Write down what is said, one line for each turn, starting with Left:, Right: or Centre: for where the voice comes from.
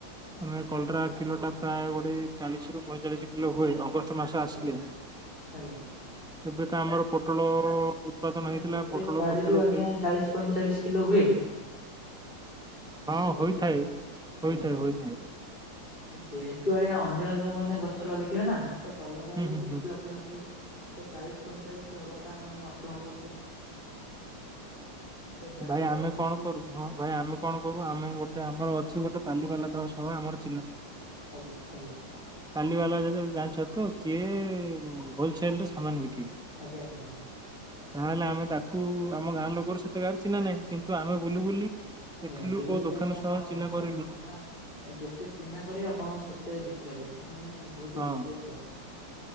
Centre: ହୁଁ, କଲରା କିଲୋ ଟା ପ୍ରାୟ ଗୋଟେ ଚାଳିଶ ରୁ ପଇଁଚାଳିଶ କିଲୋ ହୁଏ ଅଗ ଷ୍ଟ ମାସ ଆସିଲେ।
Left: ଆଜ୍ଞା ଆଜ୍ଞା
Centre: ଏବେ ତ ଆମର ପୋଟଳ ଉତ୍ପାଦନ
Left: ଏମାନେ
Centre: ହେଇଥିଲା
Left: ଗୋଟେ
Centre: ପୋଟଳ
Left: ବାଡିରୁୁ
Centre: ପ୍ରତ୍ୟେକ
Left: ଆଜ୍ଞା
Centre: କେ
Left: ଚାଳିଶ ପଇଁଚାଳିଶ କିଲୋ ହୁଏ?
Centre: ହଁ,
Left: ଆଜ୍ଞା
Centre: ହୋଇଥାଏ
Left: ଆଜ୍ଞା।
Centre: ହୋଇଥାଏ ହୋଇଥାଏ।
Left: ଯେହେତୁ ଆଜ୍ଞା ଅନ୍ୟ ଅନ୍ୟ ମାନେ ଗଛ ଲଗେଇଥିବେ ନା ତ କଲରା
Centre: ହୁଁ
Left: ବି
Centre: ହୁଁ ହୁଁ
Left: ଲଗେଇ ନଥିବେ। ତ ଚାଳିଶ ପଇଁଚାଳିଶ ହବାଟା ମାନେ ଅସମ୍ଭବ ଟିକେ। ତ ଯାହାର
Centre: ଭାଇ ଆମେ
Left: ଯେତିକି
Centre: କଣ କରୁ ହଁ ଭାଇ ଆମେ କଣ କରୁ ଆମେ ଗୋଟେ ଆମର ଅଛି ଗୋଟେ ପାଲିବାଲାତବ ସଭା ଆମର
Left: ଆଜ୍ଞା, ଆଜ୍ଞା।
Centre: ପାଲି ବାଲା ଯେତେବେଳେ ଜାଣିଛ ତ ଯିଏ ହୋଲସେଲ ରେ ସାମାନ ବିକେ।
Left: ଆଜ୍ଞା, ଆଜ୍ଞା, ଆଜ୍ଞା।
Centre: ତାହେଲେ ଆମେ ତାକୁ ଆମ ଗାଁ ଲୋକର ସେତେ କାହାର ଚିହ୍ନା ନାହିଁ କିନ୍ତୁ ଆମେ ବୁଲି ବୁଲି ଦେଖିଲୁ
Left: ଆଜ୍ଞା ବୁଲି
Centre: କୋଉ
Left: ବୁଲି
Centre: ଦୋକାନ
Left: ଆଜ୍ଞା ଆପଣଙ୍କର
Centre: ସହ ଚିହ୍ନା କରିଲୁ।
Left: ଚିହ୍ନା ଯେତେ ଚିହ୍ନା କରିବେ ଆପଣ ସେତେ ବିକି ପାରିବେ ମାନେ ବହୁତ
Centre: ହଁ
Left: ଇଏ ଫିଏ କରେ